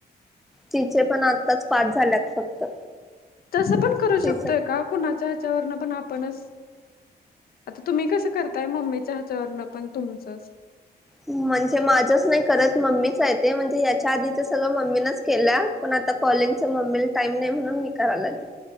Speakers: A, in the centre; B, on the left.
A: तीचे पण आत्ताच पास झाल्यात फक्त.
B: तसं पण करू शकतोय
A: तिच
B: का? कुणाच्या ह्याच्यावरन पण आपणच आता तुम्ही कसं करताय, मम्मीच्या हच्यावरण पण तुमचंच
A: म्हणजे माझच नाही करत मम्मीचयेत. म्हणजे याच्या आधीच सगळं मम्मीनच केलं पण आता कॉलिंग मम्मीला टाइम नाही म्हणून मी कराय लागली.